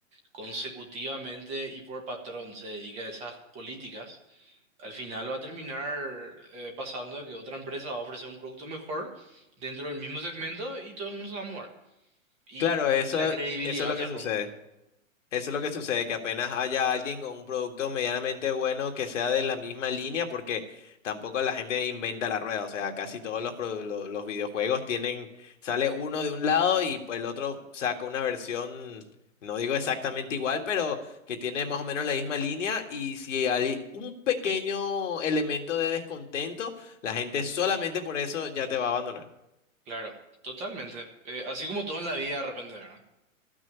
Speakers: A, on the right; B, on the left.
A: consecutivamente y por patrón se dedica a esas políticas al final va a terminar eh, pasando de que otra empresa va a ofrecer un producto mejor dentro del mismo segmento y todo el mundo se va a mudar. Y,
B: Claro, eso,
A: y la credibilidad
B: eso es lo
A: se
B: que sucede.
A: rompe.
B: Eso es lo que sucede, que apenas haya alguien con un producto medianamente bueno que sea de la misma línea, porque tampoco la gente inventa la rueda, o sea, casi todos los, produ- lo- los videojuegos tienen, sale uno de un lado y pues, el otro saca una versión, no digo exactamente igual, pero que tiene más o menos la misma línea y si hay un pequeño elemento de descontento, la gente solamente por eso ya te va a abandonar.
A: Claro, totalmente. Eh, así como todo en la vida de repente, ¿verdad?